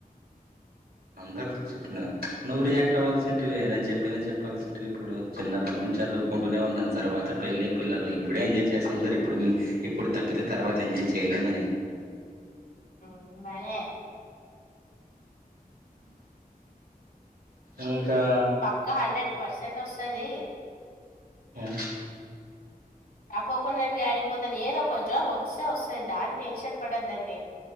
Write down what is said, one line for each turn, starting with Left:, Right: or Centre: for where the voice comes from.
Right: అందరు చెప్పినారు నువ్వు రియాక్ట్ అవ్ల్సింటివి నేను చెప్పిన చెప్పాల్సింటివి ఇప్పుడు చిన్నప్పటి నుంచి చదువు కుంటూనే ఉన్నాం సర్ తర్వాత పెళ్ళి పిల్లలు ఇప్పుడే ఎంజాయ్ చేస్తాం సర్ ఇప్పుడు ఇప్పుడు తప్పితే తర్వాత ఎంజాయ్ చేయలేమని
Left: ఊ మరే
Right: ఇంకా
Left: ఇంక హండ్రెడ్ పర్సెంట్ వస్తది
Right: ఆ
Left: తక్కకున్నట్టుగా ఆడిగిపోతది ఏదో ఒక జాబ్ వస్తే వస్తుంది దాని టెన్షన్ పడద్దండి